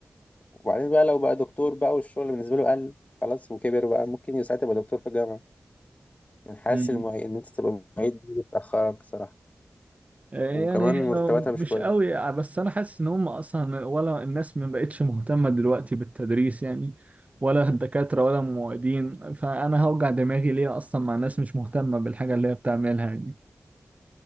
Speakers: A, on the left (about 35°); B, on the right (about 30°).
A: وبعدين بقى لو بقى دكتور بقى والشغل بالنسبة له قل خلاص وكبر بقى ممكن ساعتها يبقى دكتور في الجامعة يعني حاسس
B: مم.
A: المعيد إن أنت تبقى معيد دي بتأخرك صراحة
B: يعني
A: وكمان
B: هي
A: مرتباتها مش
B: مش
A: كويسة
B: قوي بس انا حاسس ان هم اصلا ولا الناس ما بقتش مهتمه دلوقتي بالتدريس يعني ولا الدكاتره ولا المعيدين فانا هوجع دماغي ليه اصلا مع ناس مش مهتمه بالحاجه اللي هي بتعملها يعني